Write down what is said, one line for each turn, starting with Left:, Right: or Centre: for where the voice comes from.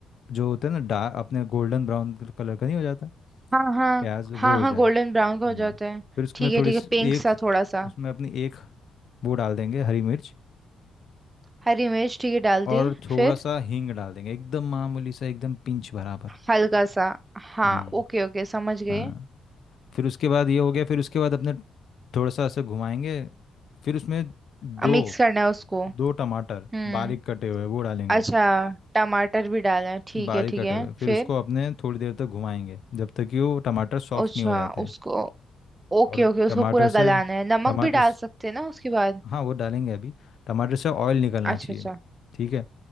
Left: जो होता है ना डार्क अपने गोल्डन ब्राउन कलर का नहीं हो जाता
Right: हाँ हाँ
Left: प्याज वो
Right: हाँ
Left: हो
Right: हाँ
Left: जाए
Right: गोल्डन ब्राउन का हो
Left: हम्म।
Right: जाता है
Left: फिर उसमें
Right: ठीक है
Left: थोड़ी
Right: ठीक
Left: सी
Right: है पिंक सा
Left: एक
Right: थोड़ा सा
Left: उसमें अपनी एक वो डाल देंगे हरी मिर्च
Right: हरी मिर्च ठीक है डाल
Left: और
Right: दिए
Left: थोड़ा
Right: फिर
Left: सा हींग डाल देंगे एकदम मामूली सा एकदम पिंच भरा
Right: हल्का सा हाँ
Left: हम्म
Right: ओके ओके समझ गए
Left: हाँ फिर उसके बाद ये हो गया फिर उसके बाद अपने थोड़ा सा ऐसे घुमाएंगे फिर उसमें दो
Right: अब मिक्स करना है उसको
Left: दो टमाटर
Right: हम्म
Left: बारीक कटे हुए वो डालेंगे
Right: अच्छा टमाटर भी डालना है ठीक
Left: बारीक
Right: है ठीक
Left: कटे
Right: है
Left: हुए फिर
Right: फिर
Left: उसको अपने थोड़ी देर तक घुमाएंगे जब तक कि वो टमाटर सॉफ्ट
Right: अच्छा
Left: नहीं हो जाते
Right: उसको ओके
Left: और
Right: ओके उसको
Left: टमाटर
Right: पूरा
Left: से
Right: गलाना है नमक
Left: टमाटर
Right: भी डाल
Left: स-
Right: सकते हैं ना उसके बाद
Left: हाँ वो डालेंगे अभी टमाटर से ऑयल निकलना
Right: अच्छा
Left: चाहिए
Right: अच्छा
Left: ठीक है